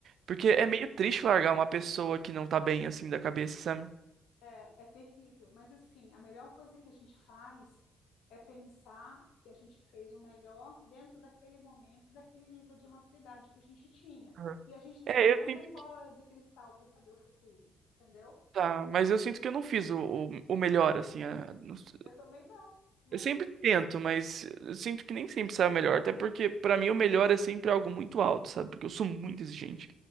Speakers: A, on the right; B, on the left.
A: Porque é meio triste largar uma pessoa que não tá bem assim da cabeça, sabe?
B: É, é terrível, mas assim, a melhor coisa que a gente faz é pensar que a gente fez o melhor dentro daquele momento e daquele nível de maturidade que a gente tinha.
A: Aham.
B: E a gente também
A: É,
B: não
A: eu sinto
B: tem bola de cristal para saber o futuro, entendeu?
A: Tá, mas eu sinto que eu não fiz o, o, o melhor, assim. a- não sei.
B: Eu também não, mas
A: eu sempre tento, mas eu sinto que nem sempre sai o melhor. Até porque, pra mim, o melhor é sempre algo muito alto, sabe? Porque eu sou muito exigente.